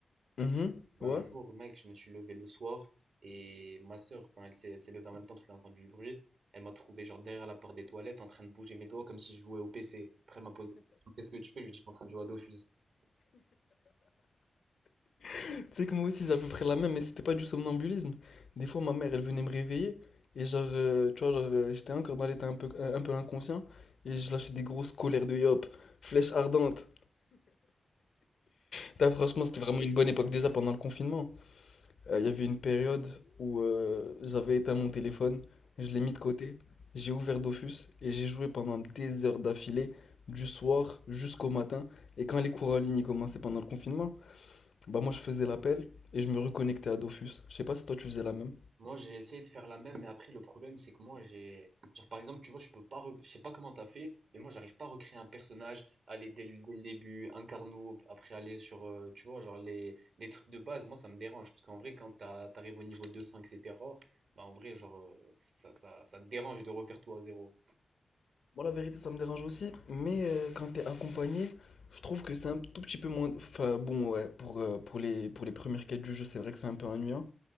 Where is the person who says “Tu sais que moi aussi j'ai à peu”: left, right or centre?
Left